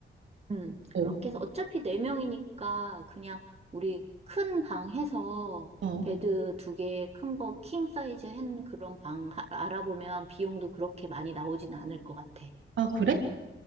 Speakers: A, on the right (about 35°); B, on the right (about 85°).
A: 음,
B: 어,
A: 그렇게 해서 어차피 4명이니까 그냥 우리 큰 방 해서
B: 어.
A: 베드 두 개 큰 거 킹 사이즈 한 그런 방 하- 알아보면 비용도 그렇게 많이 나오진 않을 것 같아.
B: 아, 그래?